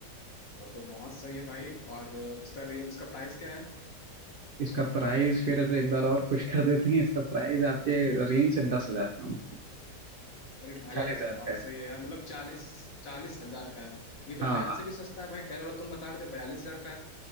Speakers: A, on the left; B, on the right.
A: तब तो बहुत सही है भाई और इसका रेंज इसका प्राइस क्या है
B: इसका प्राइस फिर एक बार और खुश कर देते हैं इसका प्राइस आपके रेंज से दस हजार कम
A: अरे भाई
B: चालीस
A: ये तो
B: हजार
A: बहुत
B: का है
A: सही है यार मतलब चालीस चालीस हजार का है ये तो
B: हाँ
A: डेल
B: हाँ
A: से भी सस्ता है भाई डेल वाला तुम बता रहे थे बयालीस हजार का है,